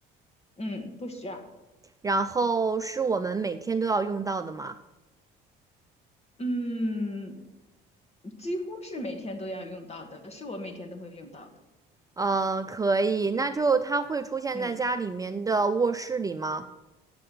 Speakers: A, on the left; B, on the right.
A: 嗯，不需要，
B: 然后是我们每天都要用到的吗？
A: 嗯，几乎是每天都要用到的，是我每天都会用到的，
B: 呃，可以，那就它会出现在家里面的卧室里吗？
A: 嗯。